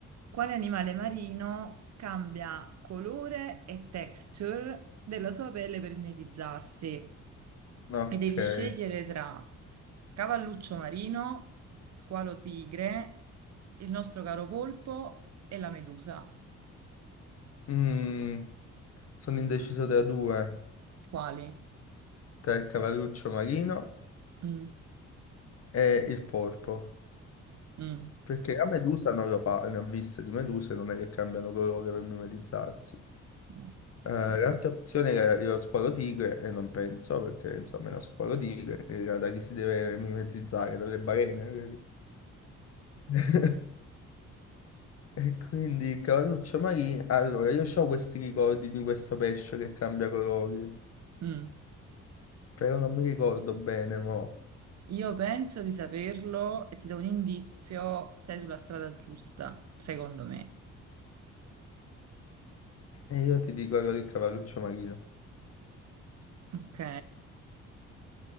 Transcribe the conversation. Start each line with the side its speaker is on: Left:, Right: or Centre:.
Right: quale animale marino cambia colore e texture della sua pelle per mimetizzarsi.
Left: No,
Right: E devi
Left: Ok.
Right: scegliere tra cavalluccio marino, squalo tigre, il nostro caro polpo e la medusa.
Left: Mm, sono indeciso tra due.
Right: Quali?
Left: Tra il cavalluccio marino
Right: Mm,
Left: e il polpo.
Right: mm,
Left: Perché la medusa non lo fa, ne ho viste di meduse, non è che cambiano colore per mimetizzarsi.
Right: no.
Left: Eh, l'altra opzione era lo squalo tigre, e non penso, perché insomma lo squalo tigre era da chi si deve mimetizzare, dalle balene. <laughs> E quindi il cavalluccio marino, allora io ho questi ricordi di questo pesce che cambia colori,
Right: Mm.
Left: però non mi ricordo bene, mo.
Right: Io penso di saperlo e ti do un indizio, sei sulla strada giusta, secondo me.
Left: E io ti dico allora il cavalluccio marino.
Right: Ok?